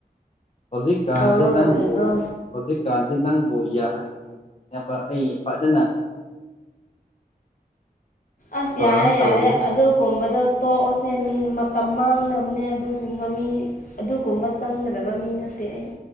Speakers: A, on the left; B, on the left.
A: ꯍꯧꯖꯤꯛꯀꯥꯟꯁꯦ
B: ꯇꯧꯔꯒ
A: ꯅꯪꯕꯨ
B: ꯂꯩꯕ꯭ꯔꯣ
A: ꯍꯧꯖꯤꯛꯀꯥꯟꯁꯦ ꯅꯪꯕꯨ ꯌꯥꯍꯟ ꯅꯕ ꯑꯩ ꯐꯖꯅ
B: ꯑꯁ
A: ꯊꯧꯔꯥꯡ
B: ꯌꯥꯔꯦ
A: ꯇꯧꯔꯤ
B: ꯌꯥꯔꯦ ꯑꯗꯨꯒꯨꯝꯕꯗꯣ ꯇꯣꯛꯑꯁꯦ ꯃꯇꯝ ꯃꯥꯡꯅꯕꯅꯦ ꯑꯗꯨꯒꯨꯝꯕ ꯃꯤ ꯑꯗꯨꯒꯨꯝꯕ ꯆꯪꯒꯗꯕ ꯃꯤ ꯅꯠꯇꯦ ꯑꯩ